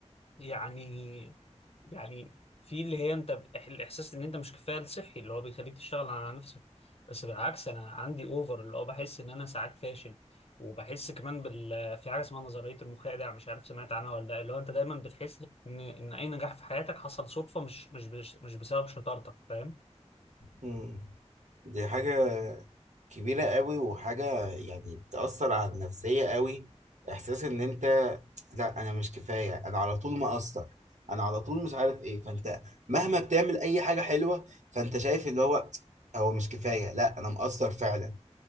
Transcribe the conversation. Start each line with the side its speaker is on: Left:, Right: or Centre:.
Left: يعني يعني في اللي هي انت ب- إح- الاحساس ان انت مش كفايه الصحي اللي هو بيخليك تشتغل على نفسك بس بالعكس انا عندي اوفر اللي هو بحس ان انا ساعات فاشل وبحس كمان بال آه، في حاجه اسمها نظريه المخادع مش عارف سمعت عنها ولا لا اللي هو انت دايما بتحس ان ان اي نجاح في حياتك حصل صدفه مش مش بش- مش بسبب شطارتك فاهم
Right: مم. دي حاجة كبيرة قوي وحاجة يعني بتأثر على النفسية قوي إحساس إن أنت لا أنا مش كفاية أنا على طول مقصر أنا على طول مش عارف إيه فأنت مهما بتعمل أي حاجة حلوة فأنت شايف اللي هو هو مش كفاية لا أنا مقصر فعلا